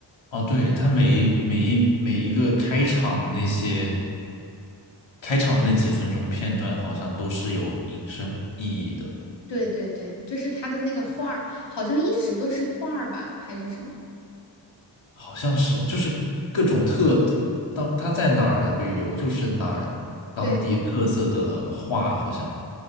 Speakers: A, on the left; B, on the left.
A: 哦，对，他每一每一每一个开场的那些开场的那几分钟片段，好像都是有引申意义的，
B: 对对对，就是他的那个画儿，好像一直都是画儿吧，还是什么？
A: 好像是就是各种特当他在哪儿旅游，就是哪儿当地特色的话，
B: 对
A: 好像